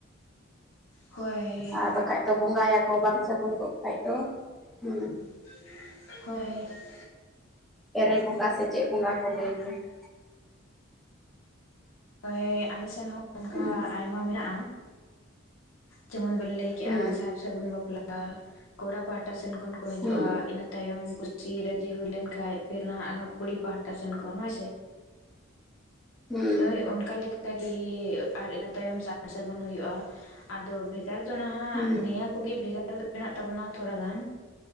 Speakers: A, on the left; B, in the centre.
A: ᱦᱳᱭ
B: ᱟᱨ, ᱵᱟᱠᱷᱟᱡ ᱫᱚ, ᱵᱚᱸᱜᱟᱭ ᱟᱠᱚ ᱵᱟᱝ ᱥᱟᱹᱜᱩᱱ ᱠᱚᱜ ᱠᱷᱟᱡ ᱫᱚ, ᱦᱮᱸᱻ ᱾
A: <unintelligible> ᱦᱳᱭ ᱾
B: ᱮᱨᱮ, ᱵᱚᱸᱜᱟ ᱥᱮ, ᱪᱮᱫ ᱵᱚᱸᱜᱟ ᱠᱚ, ᱞᱟᱹᱭ ᱜᱮᱭᱟ ᱾
A: ᱚᱭ ᱟᱞᱮ ᱥᱮᱱ ᱦᱚᱸ, ᱚᱱᱠᱟ
B: ᱦᱩᱸ
A: ᱟᱭᱢᱟ ᱢᱮᱱᱟᱜᱼᱟ, ᱡᱮᱢᱚᱱ ᱵᱮᱱ ᱞᱟᱹᱭ ᱠᱮᱜ-ᱟ,
B: ᱦᱩᱸ
A: ᱥᱟᱨ ᱥᱟᱹᱜᱩᱱ ᱵᱟᱯᱞᱟ, ᱠᱚᱲᱟ ᱯᱟᱦᱴᱟ ᱥᱮᱱ ᱠᱷᱚᱱ ᱠᱚ, ᱦᱤᱡᱩᱜᱼᱟ,
B: ᱦᱩᱸ
A: ᱤᱱᱟᱹ ᱛᱟᱭᱚᱢ ᱠᱩᱥᱤ ᱨᱟᱹᱡᱤ, ᱦᱩᱭ ᱞᱮᱱ ᱠᱷᱟᱱ, ᱯᱷᱤᱨ ᱱᱟᱦᱟᱜ ᱟᱨᱦᱚᱸ, ᱠᱩᱲᱤ ᱯᱟᱦᱴᱟ ᱥᱮᱱ ᱠᱷᱚᱱ, ᱦᱳᱭ ᱥᱮ ᱾
B: ᱦᱩᱸ
A: ᱦᱳᱭ, ᱚᱱᱠᱟ ᱞᱮᱠᱟ ᱜᱮ, ᱨᱮᱟᱨ ᱤᱱᱟᱹ ᱛᱟᱭᱚᱢ ᱥᱟᱨ ᱥᱟᱹᱜᱩᱱ ᱦᱩᱭᱩᱜᱼᱟ, ᱟᱫᱚ ᱵᱷᱮᱜᱟᱨ ᱫᱚ, ᱱᱟᱦᱟᱜ
B: ᱦᱩᱸ
A: ᱱᱤᱭᱟᱹ ᱠᱚᱜᱮ, ᱵᱷᱮᱜᱟᱨ ᱫᱚ, ᱢᱮᱱᱟᱜ ᱛᱟᱵᱚᱱᱟ, ᱛᱷᱚᱲᱟ ᱜᱟᱱ